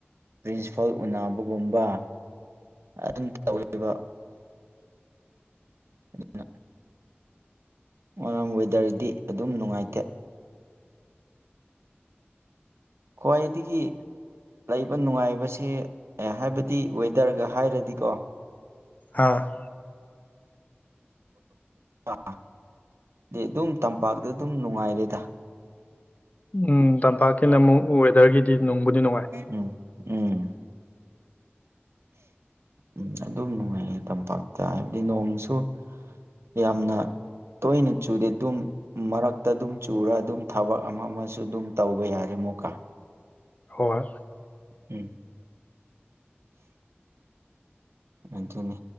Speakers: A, on the right; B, on the left.
A: ꯄ꯭ꯔꯤꯟꯁꯤꯄꯥꯜ ꯎꯅꯕꯒꯨꯝꯕ ꯑꯗꯨꯝ ꯇꯧꯔꯤꯕ ꯑꯗꯨꯅ ꯋꯥꯝ ꯋꯦꯗꯔꯗꯤ ꯑꯗꯨꯝ ꯅꯨꯡꯉꯥꯏꯇꯦ ꯈꯋ꯭ꯥꯢꯗꯒꯤ ꯂꯩꯕ ꯅꯨꯡꯉꯥꯏꯕꯁꯦ ꯍꯥꯏꯕꯗꯤ ꯋꯦꯗꯔꯒ ꯍꯥꯏꯔꯗꯤꯀꯣ
B: ꯑ
A: ꯑꯗꯨ ꯑꯗꯨꯝ ꯇꯝꯄꯥꯛꯇ ꯑꯗꯨꯝ ꯅꯨꯡꯉꯥꯏꯔꯦꯗ
B: ꯎꯝ ꯇꯝꯄꯥꯛꯀꯤꯅ ꯑꯃꯨꯛ ꯋꯦꯗꯔꯒꯤꯗꯤ ꯅꯨꯡꯕꯨꯗꯤ ꯅꯨꯡꯉꯥꯏ
A: ꯎꯝ ꯎꯝ ꯎꯝ ꯑꯗꯨꯝ ꯅꯨꯡꯉꯥꯏꯌꯦ ꯇꯝꯄꯥꯛꯇ ꯍꯥꯏꯕꯗꯤ ꯅꯣꯡꯁꯨ ꯌꯥꯝꯅ ꯇꯣꯏꯅ ꯆꯨꯗꯦ ꯑꯗꯨꯝ ꯃꯔꯛꯇ ꯑꯗꯨꯝ ꯆꯨꯔ ꯑꯗꯨꯝ ꯊꯕꯛ ꯑꯃ ꯑꯃꯁꯨ ꯑꯗꯨꯝ ꯇꯧꯕ ꯌꯥꯔ ꯃꯀꯥ
B: ꯑ
A: ꯎꯝ ꯃꯅꯦ